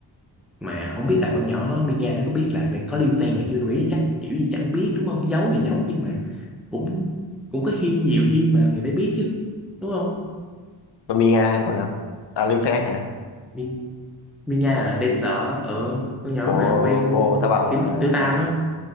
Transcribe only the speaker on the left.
còn Mina hay là con nào à Lim Phen hả
bồ
bồ tao bảo
là